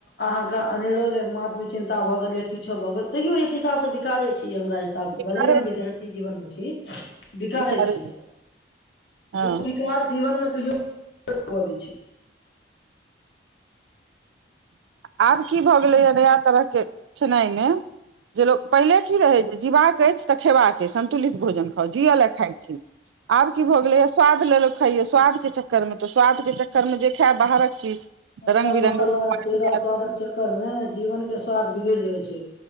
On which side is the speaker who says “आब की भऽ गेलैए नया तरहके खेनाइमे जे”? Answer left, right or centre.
Right